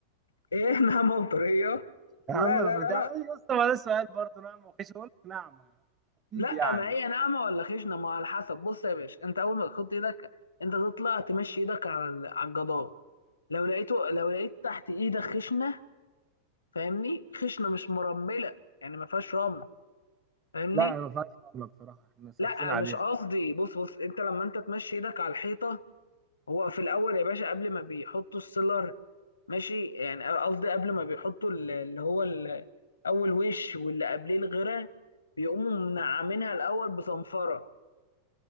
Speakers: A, on the left; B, on the right.
A: <laughs> ايه ناعمة وطرية لا
B: يا عم
A: لا
B: في
A: لا
B: بتاع
A: لا
B: أيوة يا اسطى ما ده سؤال برضه نعمة وخيش أقول لك نعمة أكيد
A: لا
B: يعني
A: ما هي ناعمة ولا خشنة ما على حسب بص يا باشا انت اول ما تحط ايدك انت تطلع تمشي ايدك على ال- على الجدار لو لقيته لو لقيت تحت ايدك خشنة فاهمني خشنة مش مرملة يعني ما فيهاش رمل فاهمني
B: لا ما فيهاش نعمة بصراحة احنا صارفين
A: لا
B: عليها
A: مش قصدي بص بص انت لما انت تمشي ايدك على الحيطة هو في الاول يا باشا قبل ما بيحطوا السيلر ماشي يعني قصدي قبل ما بيحطوا ال- اللي هو ال- اول وش واللي قبليه الغيره بيقوموا منعمينها الاول بصنفره